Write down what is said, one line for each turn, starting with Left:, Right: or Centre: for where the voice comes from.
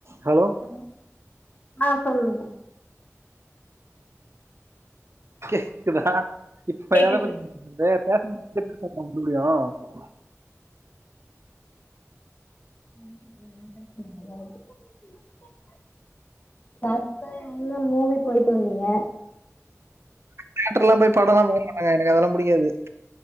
Right: hello
Left: hello ஆ சொல்லுங்க
Right: கேக்குதா இப்ப
Left: கேக்குது
Right: எத பத் இந்த பே <inaudible>
Left: <inaudible> லாஸ்ட்டா என்னமோ மூவி போயிட்டு வந்தீங்க
Right: தேட்டர்லா போய் படலா பாக்க மாட்டாங்க எனக் அதெல்லா புடிக்காது